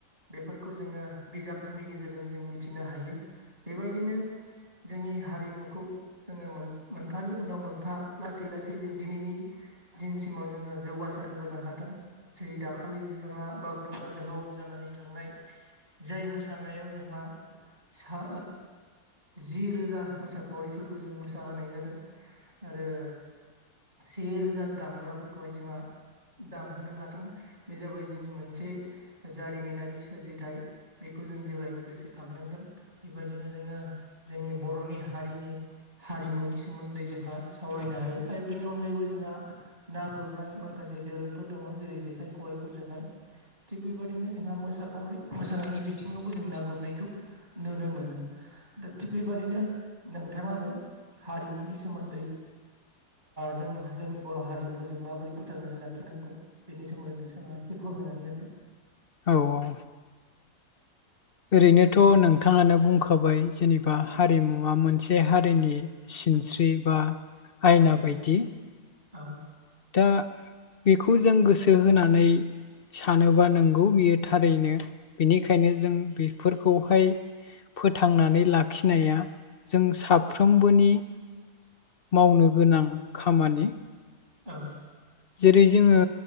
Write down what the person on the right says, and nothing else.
बेफोरखौ जोङो बिजाबफोरनि गेजेरजों जों मिथिनो हायो बेबायदिनो जोंनि हारिमुखौ जोङो मोनफानि उनाव मोनफा लासै लासै जों दिनैनि दिनसिमाव जोङो जौगासार होबोनो हादों। जेरै दाखालि जों जोंहा बागुरुमबा दोहौ जानानै थांनाय जाय मोसानायाव जोंहा सा जि रोजा मोसाखावरिफोर खौ जों मोसाहोनाय जादों आरो। से रोजा दामग्राफोरखौहाय जोंहा दामहोनो हादों। बे जाबाय जोंनि मोनसे जारिमिनारि सोरजिथाय बेखौ जों जेब्लायबो गोसोखांनांगोन बेबायदिनो जोङो जोंनि बर'नि हारिनि हारिमुनि सोमोन्दै जोंहा सावरायनो हायो आरो बेनि अनगायैबो जोंहा ना गुरनाय माखासे दोरोंफोर दङ जेरै जेखाइ खबाइफोरजोंहाय थिग बेबादिनो जोंहा मोसाखावरि मोसानायनि बिथिङावबो जों ना गुरनायखौ नुनो मोनो। दा थिग बेबादिनो नोंथाङाबो हारिमुनि सोमोन्दै जों जोंनि बर' हारिमुखौ जों माबोरै फोथांनानै लाखिनांगौ। बेनि सोमोन्दै नोंसाङा एसे फोरमायनानै होदो।
उम
औ।
औ।